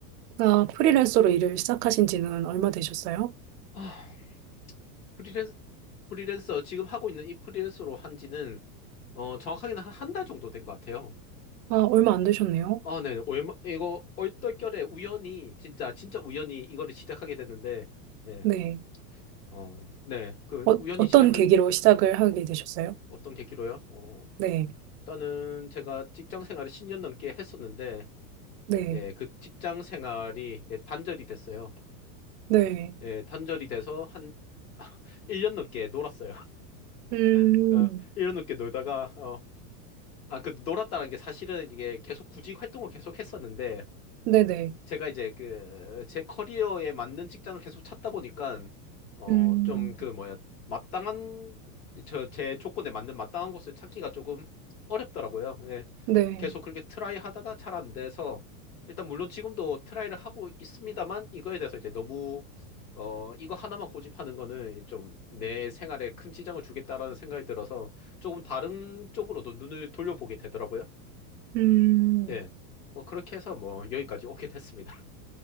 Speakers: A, on the right; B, on the left.
A: 아, 프리랜서로 일을 시작하신 지는 얼마 되셨어요?
B: 아, 프리랜서, 프리랜서 지금 하고 있는 이 프리랜서로 한 지는 어, 정확하게는 한 달 정도 된 것 같아요.
A: 아, 얼마 안 되셨네요.
B: 아, 네. 얼마, 이거 얼떨결에 우연히 진짜 진짜 우연히 이거를 시작하게 됐는데 예.
A: 네.
B: 어, 네. 그
A: 어,
B: 우연히
A: 어떤
B: 시작하게
A: 계기로
B: 된-
A: 시작을 하게 되셨어요?
B: 어떤 계기로요? 어,
A: 네.
B: 일단은 제가 직장 생활을 10년 넘게 했었는데
A: 네.
B: 예, 그 직장 생활이 이제 단절이 됐어요.
A: 네.
B: 예, 단절이 돼서 한 <laughs> 1년 넘게 놀았어요. <laughs>
A: 음.
B: 어, 1년 넘게 놀다가 어, 아, 그 놀았다는 게 사실은 이게 계속 구직 활동을 계속 했었는데
A: 네네.
B: 제가 이제 그 제 커리어에 맞는 직장을 계속 찾다 보니까 어
A: 음.
B: 좀 그 뭐야 마땅한 저 제 조건에 맞는 마땅한 곳을 찾기가 조금 어렵더라고요. 예.
A: 네.
B: 계속 그렇게 트라이 하다가 잘 안 돼서 일단 물론 지금도 트라이를 하고 있습니다만 이거에 대해서 이제 너무 어 이거 하나만 고집하는 거는 좀 내 생활에 큰 지장을 주겠다라는 생각이 들어서 조금 다른 쪽으로도 눈을 돌려보게 되더라고요.
A: 음,
B: 네. 뭐 그렇게 해서 뭐 여기까지 오게 됐습니다. <laughs>